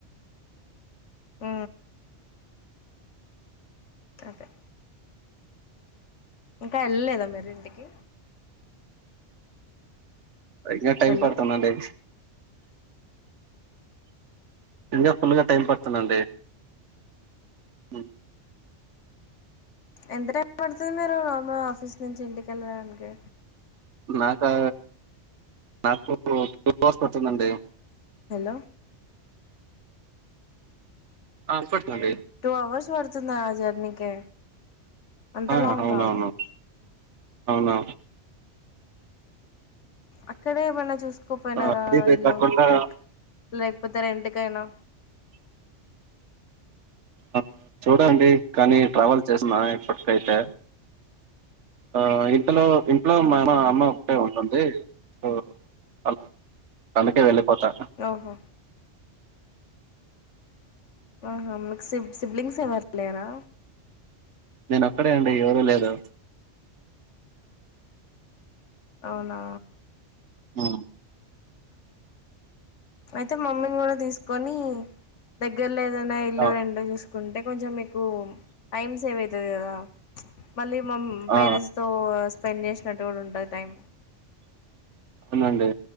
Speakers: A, on the left; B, on the right.
A: ఊ అదే ఇంకా ఎళ్ళలేదా మీరు ఇంటికి
B: ఇంగా టైమ్
A: హలో
B: పడుతుంది అండి ఇంగా ఫుల్ గా టైం పడుతుంది అండి ఉ
A: ఎంత టైం పడుతుంది నార్మల్ గా ఆఫీస్ నుంచి ఇంటికి ఎళ్ళడానికి
B: నా కా నాకు టూ అవర్స్ పడుతుంది అండి
A: హలో
B: ఆ ఇనపడుతుంది అండి
A: టూ అవర్స్ పడుతుందా ఆ జర్నీ కే అంత
B: ఆ,
A: లాంగా
B: అవునవును అవునా
A: అక్కడే ఏమన్నా చూసుకోపోయినారా
B: ఆ, అది ఇది
A: ఇల్లు
B: కాకుండా
A: లైక్ లేకపోతే రెంట్ కైనా
B: ఆ చూడలండి కానీ ట్రావెల్ చేసిన ఇప్పటికైతే ఆ ఇంట లో ఇంట్లో
A: మ్మ్.
B: మా అమ్మ ఒకటే ఉ ఉంది సొ అలా కందుకే వెళ్ళిపోతా
A: ఓహో ఆహా మీకు సిబ్ సిబ్లింగ్స్ ఎవరు లేరా
B: నేను ఒక్కడే అండి ఎవరు లేదు
A: అవునా
B: ఆ
A: అయితే మమ్మీని కూడా తీసుకొని దగ్గరలో ఏదైనా ఇల్లు
B: ఆ,
A: రెంట్ చూస్ ఉంటే కొంచెం మీకు టైమ్ సేవ్ అయితది కదా ప్చ్ మళ్ళీ మమ్
B: ఆ,
A: పేరెంట్స్ తో స్పెండ్ చేసినట్టు కూడా ఉంటది టైం
B: అవునండి